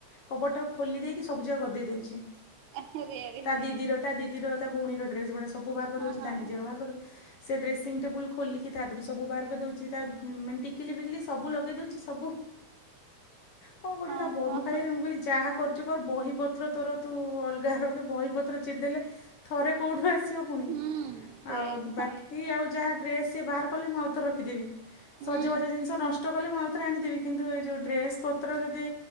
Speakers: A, on the left; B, on the right.
A: କବୋର୍ଡ ତାକୁ ଖୋଲି ଦେଇକି ସବୁଜା ଗଦେଇଦଚି।
B: ହେଁ ଆରେ ଆରେ
A: ତା ଦିଦିର ତା ଦିଦିର ତା ଭଉଣୀର ଡ୍ରେସ ଗୁଡା ସବୁ ବାହାର କରିଦଉଛି
B: ହଁ ହଁ।
A: ତା ନିଜର ବାହାର କରିଦଉଛି। ସେ ଡେସିଂ ଟେବୁଲ୍ ଖୋଲିକି ତା ଦେହରୁ ସବୁ ବାହାର କରି ଦଉଛି ତା ମାନେ ଟିକିଲି ଫିକିଲି ସବୁ ଲଗେଇ ଦଉଛି ସବୁ କଣ କରିବୁ
B: ହଁ
A: ତା ବ
B: ହଁ
A: ମୁଁ ଖାଲି
B: ହଁ
A: ମୁଁ କହିଲି ଯାହା କରୁଚୁ କର ବହିପତ୍ର ତୋର ତୁ ଅଲଗା ରଖେ ବହିପତ୍ର ଚିରି ଦେଲେ ଥରେ କୋଉଠୁ ଆସିବ ପୁଣି।
B: ହୁଁ ସେଇଆ
A: ଆଉ
B: ତ
A: ବାକି ଆଉ ଯାହା ଡ୍ରେସ୍ ସିଏ ବାହାର କଲେ ମୁଁ ଆଉଥର ରଖିଦେବି
B: ହୁଁ।
A: ସଜବାଜ ଜିନିଷ ନଷ୍ଟ ନଷ୍ଟ କଲେ ମୁଁରେ ଆଣିଦେବି କିନ୍ତୁ ଏ ଯଉ ଡ୍ରେସ ପତ୍ର ଯଦି